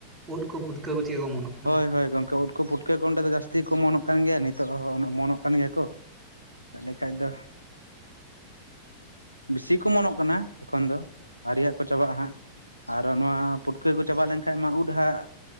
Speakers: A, on the right (about 20°); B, on the right (about 85°).
A: ᱩᱫ ᱠᱚ, ᱯᱩᱴᱠᱟᱹ ᱠᱚ, ᱪᱮᱫ ᱠᱟ ᱚᱢᱚᱱᱚᱜᱼᱟ?
B: ᱦᱳᱭ ᱦᱳᱭ ᱜᱚᱝᱠᱮ ᱩᱫ ᱠᱚ ᱯᱩᱴᱠᱟᱹ ᱠᱚ ᱚᱸᱰᱮ ᱫᱚ ᱡᱟᱹᱥᱛᱤ ᱜᱮᱠᱚ ᱚᱢᱚᱱᱚᱜ ᱠᱟᱱ ᱜᱮᱭᱟ, ᱱᱤᱛᱚᱜ ᱦᱚᱸ ᱩᱱᱟᱹᱜ ᱚᱢᱚᱱᱚᱜ ᱠᱟᱱ ᱜᱮᱭᱟ ᱠᱚ ᱾ ᱛᱟᱦᱚᱞᱮ ᱠᱷᱟᱡ ᱫᱚᱼᱼ
A: <inaudible>
B: ᱵᱤᱥᱤ ᱠᱚ ᱚᱢᱚᱱᱚᱜ ᱠᱟᱱᱟ ᱮᱠᱷᱚᱱ ᱫᱚ ᱾ ᱟᱹᱣᱨᱤᱭᱟᱜ ᱠᱚ ᱪᱟᱵᱟᱜᱼᱟ ᱦᱟᱸᱜ, ᱟᱨ ᱱᱚᱣᱟ ᱯᱩᱴᱠᱟᱹ ᱠᱚ ᱪᱟᱵᱟ ᱞᱮᱱᱠᱷᱟᱡ ᱢᱟ ᱩᱫ ᱦᱟᱸᱜ